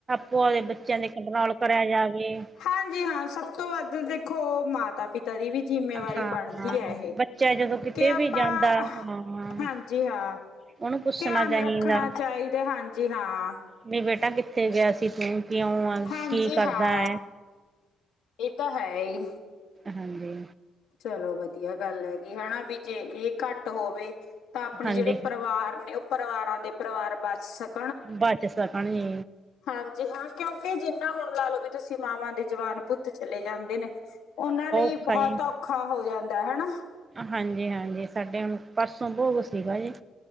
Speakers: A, on the right; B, on the left.
A: ਭੋਆ ਦੇ ਬੱਚਿਆਂ ਦੇ ਕੰਟਰੋਲ ਕਰਿਆ ਜਾਵੇ।
B: ਹਾਂਜੀ-ਹਾਂ, ਸਭ ਤੋਂ ਵੱਧ ਦੇਖੋ ਮਾਤਾ-ਪਿਤਾ ਦੀ ਵੀ ਜਿੰਮੇਵਾਰੀ
A: ਹਾਂ
B: ਬਣਦੀ
A: ਹਾਂ,
B: ਆ ਇਹ,
A: ਬੱਚਾ ਜਦੋਂ ਕਿਤੇ
B: ਕਿ ਆਪਾਂ
A: ਵੀ ਜਾਂਦਾ ਹਾਂ
B: ਹਾਂਜੀ-ਹਾਂ।
A: ਉਹਨੂੰ ਪੁੱਛਣਾ
B: ਧਿਆਨ
A: ਚਾਹੀਦਾ
B: ਰੱਖਣਾ ਚਾਹੀਦਾ, ਹਾਂਜੀ-ਹਾਂ।
A: ਨਹੀਂ ਬੇਟਾ ਕਿੱਥੇ ਗਿਆ ਸੀ ਤੂੰ, ਕਿਉਂ ਆ,
B: ਹਾਂਜੀ
A: ਕੀ ਕਰਦਾ
B: ਹਾਂ
A: ਐਂ
B: ਇਹ ਤਾ ਹੈਹੀ।
A: ਹਾਂਜੀ।
B: ਚਲੋ ਵਧੀਆ ਗੱਲ ਹੈਗੀ, ਹਣਾ ਵੀ ਜੇ ਇਹ ਘੱਟ ਹੋਵੇ ਤਾ ਆਪਣੇ
A: ਹਾਂਜੀ
B: ਜਿਹੜੇ ਪਰਿਵਾਰ ਨੇ, ਉਹ ਪਰਿਵਾਰਾਂ ਦੇ ਪਰਿਵਾਰ ਬਚ ਸਕ
A: ਬਚ ਸਕਣ ਜੀ।
B: ਹਾਂਜੀ-ਹਾਂ, ਕਿਉਂਕਿ ਜਿੰਨਾ ਹੁਣ ਲਾਲਓ ਵੀ ਤੁਸੀਂ, ਮਾਵਾਂ ਦੇ ਜਵਾਨ ਪੁੱਤ ਚਲੇ ਜਾਂਦੇ ਨੇ ਉਹਨਾਂ ਲਈ
A: ਔਖਾ
B: ਬਹੁਤ
A: ਏ
B: ਔਖਾ ਹੋ ਜਾਂਦਾ, ਹਣਾ।
A: ਹਾਂਜੀ-ਹਾਂਜੀ। ਸਾਡੇ ਹੁਣ, ਪਰਸੋਂ ਭੋਗ ਸੀਗਾ ਜੀ।